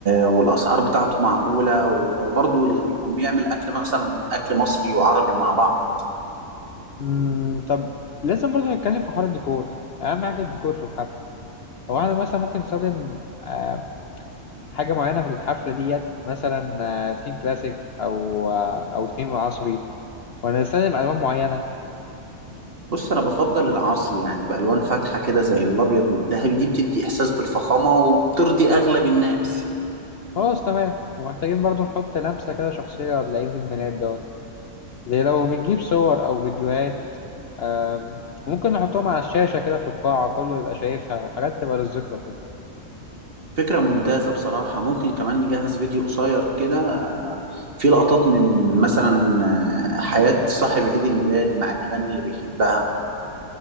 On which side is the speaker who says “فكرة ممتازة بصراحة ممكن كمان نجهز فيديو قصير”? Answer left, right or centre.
Right